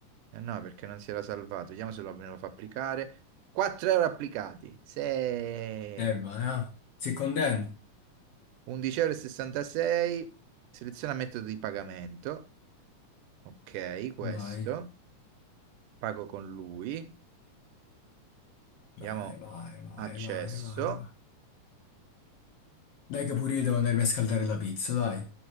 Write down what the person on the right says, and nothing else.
Eh no, perché non si era salvato. Vediamo se lo, me lo fa applicare. 4 euro applicati. 6.
11,66 euro. e sessantasei. Seleziona metodo di pagamento. Ok, questo.
Pago con lui. Diamo
accesso.